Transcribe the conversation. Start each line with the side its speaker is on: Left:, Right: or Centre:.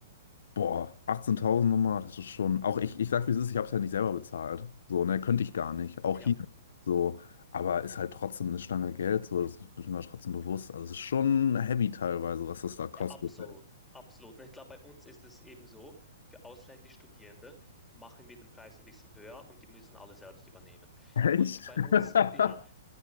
Left: Boah, 18.000 nochmal, das ist schon. Auch ich, ich sag, wie es ist, ich hab's ja nicht selber bezahlt. So, ne, könnte ich gar nicht. Auch
Centre: Ja,
Left: hier. So, aber ist halt trotzdem eine Stange Geld. So, das ist mir trotzdem bewusst. Also, es ist schon heavy teilweise, was das da kostet.
Centre: äh, absolut. Absolut. Und ich glaube, bei uns ist es eben so, für ausländische Studierende machen wir den Preis ein bisschen höher und die müssen alle selbst übernehmen.
Left: Echt?
Centre: Und bei
Left: <laughs>
Centre: uns, ja,